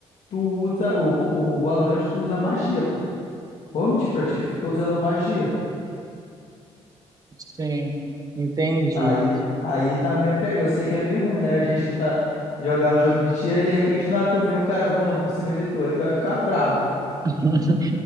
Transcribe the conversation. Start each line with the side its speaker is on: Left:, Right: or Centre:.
Left: tu usa, o, o Valorant, tu usa magia, pô. Vou mentir pra ti, tu fica usando magia.
Right: sim, entendi.
Left: Aí, aí tá a minha. pe- Eu sei que é meio ruim, né? A gente que tá jogar um jogo de tiro, aí de repente, não, tu vê um cara voando por cima de tu, aí tu vai ficar bravo.
Right: <laughs>